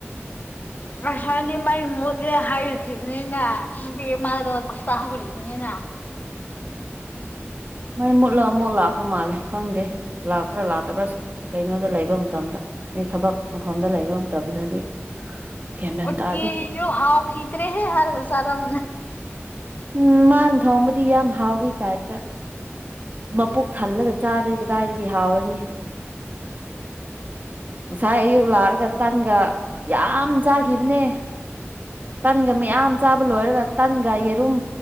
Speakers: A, on the left; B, on the right.
A: ꯑꯁꯋꯥꯗꯤ ꯃꯥꯏ ꯃꯣꯠꯂꯦ ꯍꯥꯏꯔꯈꯤꯕꯅꯤꯅ ꯃꯥ ꯁꯥꯍꯕꯅ
B: ꯃꯥꯏ ꯃꯨꯠꯂꯒ ꯑꯃꯨꯛ ꯂꯥꯥꯛꯄ ꯃꯥꯜꯂꯦ ꯈꯪꯗꯦ ꯂꯥꯛꯄ꯭ꯔꯥ ꯂꯥꯛꯇꯕ꯭ꯔꯥ ꯀꯩꯅꯣꯗ ꯂꯩꯕ ꯃꯇꯝꯗ ꯑꯩ ꯊꯕꯛ ꯃꯐꯝꯗ ꯂꯩꯕ ꯃꯇꯝꯗꯗꯤ ꯒ꯭ꯌꯥꯟ ꯃꯦꯟ
A: ꯑꯣ
B: ꯇꯥꯗꯦ
A: ꯇꯤ ꯍꯥꯎ ꯈꯤꯗꯔꯦ ꯍꯦ ꯍꯔ ꯁꯔꯝ
B: ꯎꯝ ꯃꯥꯥꯟ ꯊꯝꯕꯗꯤ ꯌꯥꯝ ꯍꯥꯥꯎꯕꯣꯏꯇꯥꯏꯠ ꯃꯄꯣꯛ ꯊꯜꯂꯒ ꯆꯥꯔ ꯀꯗꯥꯏꯗꯒꯤ ꯍꯥꯎꯔꯅꯤ ꯉꯁꯥꯏ ꯑꯌꯨꯛ ꯂꯥꯛꯔꯒ ꯇꯥꯟꯒ ꯌꯥꯝ ꯆꯥꯈꯤꯕꯅꯦ ꯇꯟꯒ ꯃꯌꯥꯝ ꯆꯥꯕ ꯂꯣꯏꯔꯒ ꯇꯟꯒ ꯌꯦꯔꯨꯝ